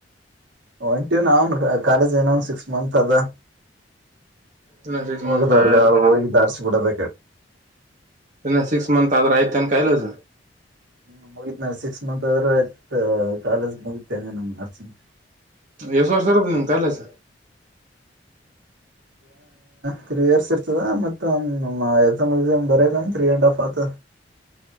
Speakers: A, on the right; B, on the right.
A: ಒನ್ ಟೂನ್ ಅವನ್ ಕಾಲೇಜ್ ಏನ ಅವನ್ ಸಿಕ್ಸ್ ಮಂತ್ ಅದ
B: ಇನ್ನ ಸಿಕ್ಸ್
A: ಹೋಗದವ್ರಗಾಳು
B: ಮಂತ್
A: ಹೋಗಿ
B: ಆ
A: ಧಾರಿಸಿಬಿಡೋದ ಕು
B: ಇನ್ನ ಸಿಕ್ಸ್ ಮಂತ್ ಆದ್ರ ಆಯ್ತೆ ಅನ್ ಕಾಯಲಸ
A: ನಿ ಮುಗತ್ ನ ಸಿಕ್ಸ್ ಮಂತ್ ಆದ್ರ ಆಯ್ತ್ ಕಾಲೇಜ್ ಮುಗತೇನೆ ನಮ ನರ್ಸಿಂಗ್
B: ಎಷ್ಟು ವರ್ಷು ನಿಮ್ ಕಲಸ
A: ತ್ರೀ ಇಯರ್ಸ್ ಇರ್ತದ ಮತ್ತಮ್ ಬರಂದ ರೀ ಅಂಡ್ ಹಫ್ ಆ ಕುತ್ತ